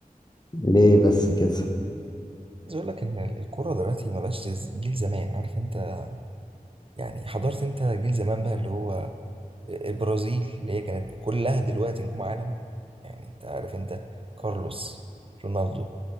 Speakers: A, on the left (about 30°); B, on the right (about 40°).
A: ليه بس كده
B: عايز اقول لك ان الكرة دلوقتي ما بقاش زي جيل زمان عارف انت يعني حضرت انت جيل زمان بقى اللي هو البرازيل اللي هي كانت كلها دلوقتي نجوم عالم يعني انت عارف انت كارلوس رونالدو